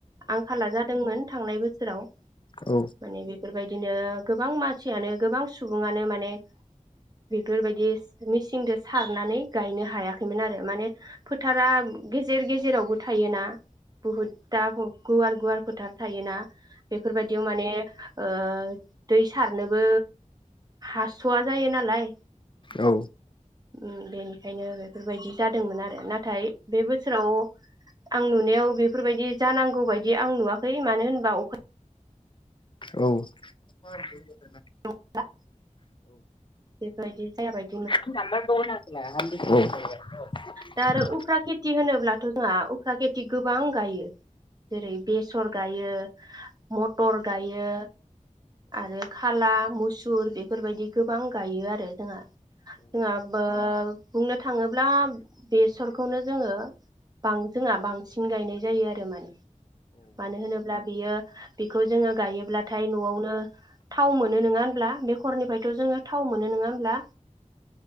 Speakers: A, on the right; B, on the left.
A: आंखाला जादोंमोन थांनाय बोसोराव
B: औ
A: माने बेफोरबायदिनो गोबां मानसियानो गोबां सुबुङानो माने बेफोरबायदि मेसिनदों सारनानै गायनो हायाखैमोन आरो माने फोथारा गेजेर गेजेर जेरावबो थायोना बुहुद दा गुवार गुवार फोथार थायोना बेफोरबायदियाव माने ओ दै सारनोबो हासवा जायो नालाय
B: औ
A: उम देनि खायनो बेफोरबायदि जादोंमोन आरो नाथाय बे बोसोराव आं नुनायाव बेफोरबायदि जानांगौ बायदि आं नुवाखै मानो होन दा अखा
B: औ <unintelligible>
A: <unintelligible> बेफोरबायदि जायाबायद
B: <unintelligible> औ
A: दा आरो उफ्रा खेथि होनोब्लाथ जोंहा उफ्रा खेथि गोबां गायो जेरै बेसर गायो मटर गायो आरो खाला मुसुर बेफोरबायदि गोबां गायो आरो जोंहा जोंहा बो बुंनो थाङोब्ला बेसरखौनो जोङो बां जोंहा बांसिन गायनाय जायो आरो माने मानो होनोब्ला बेयो बेखौ जोङो गायोब्लाथाय नआवनो थाव मोनो नोङा होमब्ला बेखरनिफ्रायथ जोङो थाव मोनो नङा होमब्ला